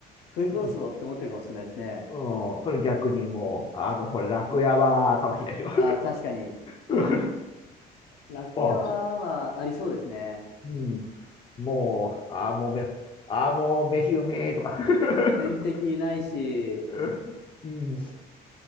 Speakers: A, on the left (about 75°); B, on the left (about 30°).
A: 食い殺すぞって思ってるかもしれないですね。
B: うん、うん、それ逆にもう、あ、もうこれ楽屋は、かもしれないですよ。
A: ああ、確かに。
B: <laughs>
A: 楽屋は、
B: ああ、そ、
A: まあ、ありそうですね。
B: うん、もう、ああ、もうめ、ああ、もう飯うめえとか。<laughs>
A: 天敵いないし、
B: うん、